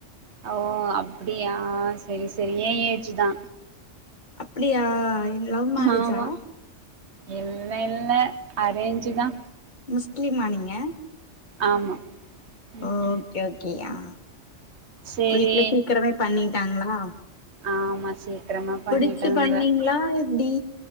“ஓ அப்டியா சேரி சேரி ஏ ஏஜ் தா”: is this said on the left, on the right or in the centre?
Right